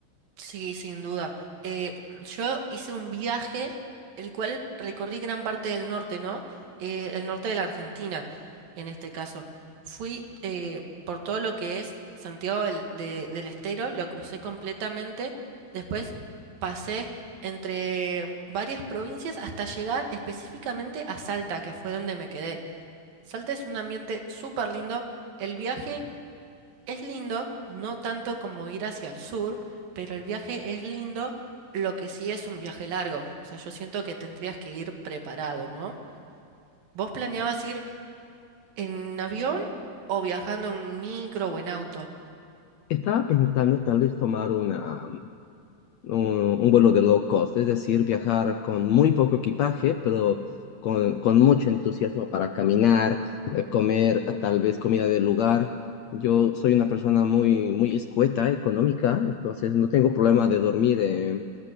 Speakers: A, on the right; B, on the left.
A: Sí, sin duda. Eh, yo hice un viaje, el cual recorrí gran parte del norte, ¿no? Eh, el norte de la Argentina, en este caso. Fui eh, por todo lo que es Santiago del, de- del Estero, lo crucé completamente. Después pasé entre varias provincias hasta llegar específicamente a Salta, que fue donde me quedé. Salta es un ambiente súper lindo. El viaje es lindo, no tanto como ir hacia el sur, pero el viaje es lindo, lo que sí es un viaje largo. O sea, yo siento que tendrías que ir preparado, ¿no? ¿Vos planeabas ir en avión o viajando en micro o en auto?
B: Estaba pensando tal vez tomar una, un, un vuelo de low cost, es decir, viajar con muy poco equipaje, pero con, con mucho entusiasmo para caminar, eh, comer eh, tal vez comida del lugar. Yo soy una persona muy, muy escueta, económica, entonces no tengo problema de dormir eh,